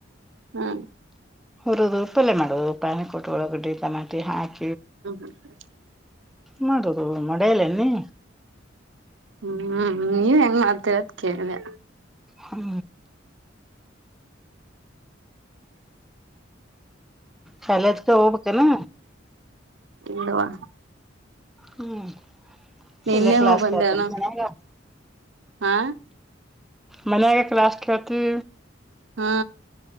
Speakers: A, on the right (about 75°); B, in the centre.
A: ಹಾ
B: ಹೋರದು. ಪ್ಪಲೆ ಮಾಡುವುದು ಪಾಲಿ ಕೊಟ್ಟ ಒಳಗಡೆ ಎ ಟಮಾಟಿ ಹಾಕ
A: <inaudible>
B: ಮಾಡದು ಮಾಡೇಯಲ್ಲೆನ್ ನೀ
A: ಹ್ಮ್ ನೀವ್ ಹೆಂಗ್ ಮಾಡ್ತೀರದ ಕೇಳ್ದೆ.
B: ಹ್ಮ ಸಲೆದಕ್ಕ ಹೋಗಬೇಕನ.
A: ಎಲ್ಲಾ.
B: ಹ್ಮ್
A: ನಿನ್ನೆ
B: ಇಲ್ಲೇ ಕ್ಲಾಸ್
A: ಹೋಗ್ ಬಂದೇವಣ
B: ಕೇಳ್ತೇನ ಮನ್ಯಾಗ.
A: ಹಾ
B: ಮನ್ಯಾಗ ಕ್ಲಾಸ್ಕ್ಕೆತಿ.
A: ಹ